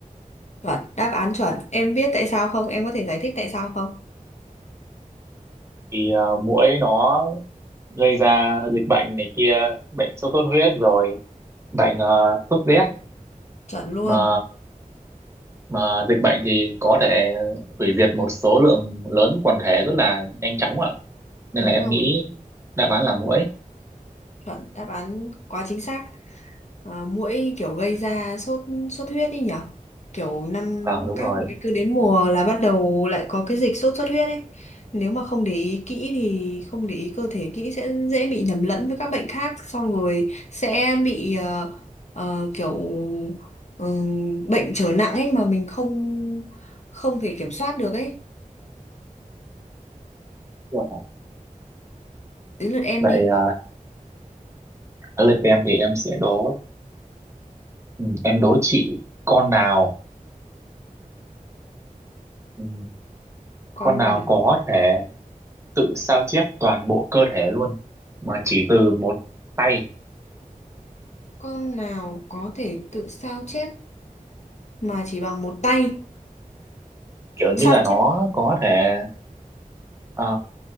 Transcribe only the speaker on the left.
chuẩn đáp án chuẩn em biết tại sao không em có thể giải thích tại sao không
chuẩn luôn
đúng
rồi
chuẩn đáp án quá chính xác à, muỗi kiểu gây ra sốt sốt huyết đi nhở kiểu năm
các
cứ đến mùa là bắt đầu lại có cái dịch sốt xuất huyết ấy nếu mà không để ý kỹ thì không để ý cơ thể kỹ sẽ dễ bị nhầm lẫn với các bệnh khác xong rồi sẽ bị ờ, ờ, kiểu ừm, bệnh trở nặng ấy mà mình không không thể kiểm soát được ấy
Đến lượt em
đi.
Con
nào,
con nào có thể tự sao chép mà chỉ bằng một tay?
Sao
chép